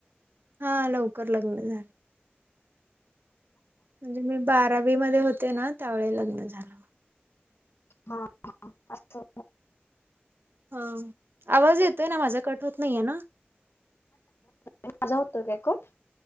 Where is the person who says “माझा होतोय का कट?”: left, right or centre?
Left